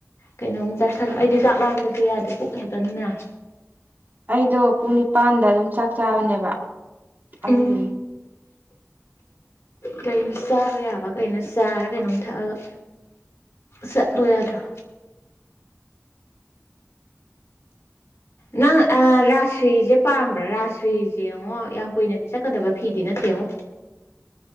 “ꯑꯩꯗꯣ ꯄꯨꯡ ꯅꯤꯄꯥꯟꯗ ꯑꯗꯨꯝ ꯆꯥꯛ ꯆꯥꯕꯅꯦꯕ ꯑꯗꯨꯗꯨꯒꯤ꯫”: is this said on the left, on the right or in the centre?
Right